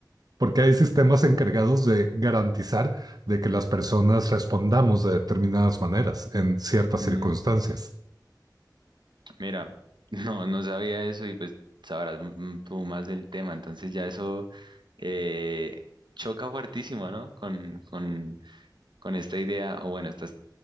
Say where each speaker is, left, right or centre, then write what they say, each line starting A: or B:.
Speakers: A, on the right; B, on the right.
A: porque hay sistemas encargados de garantizar de que las personas respondamos de determinadas maneras en ciertas
B: ujú.
A: circunstancias.
B: Mira, <laughs> no, no sabía eso y pues sabrás mm, tú más del tema, entonces ya eso eh, choca fuertísimo, ¿no? Con, con, con esta idea, o bueno, estas,